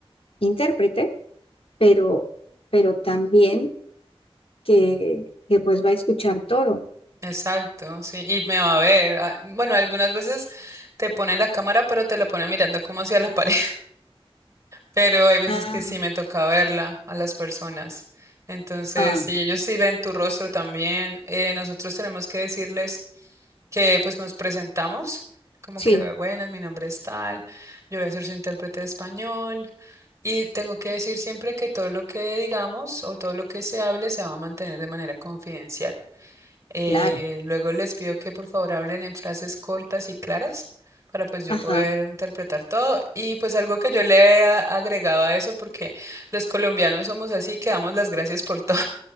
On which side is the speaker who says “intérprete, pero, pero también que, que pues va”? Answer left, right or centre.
Left